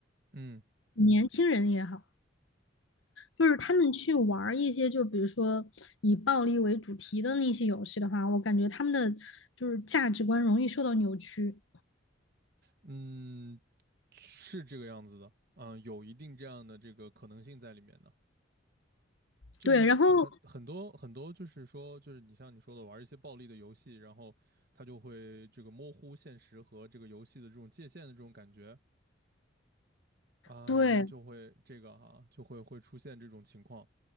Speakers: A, on the right (about 55°); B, on the left (about 85°).
A: 嗯
B: 年轻人也好，就是他们去玩儿一些，就比如说以暴力为主题的那些游戏的话，我感觉他们的就是价值观容易受到扭曲。
A: 嗯，是这个样子的，嗯，有一定这样的这个可能性在里面的。就是很很多很多，
B: 对，然后
A: 就是说，就是你像你说的，玩一些暴力的游戏，然后他就会这个模糊现实和这个游戏的这种界限的这种感觉啊，
B: 对，
A: 然后就会这个哈、就会会出现这种情况，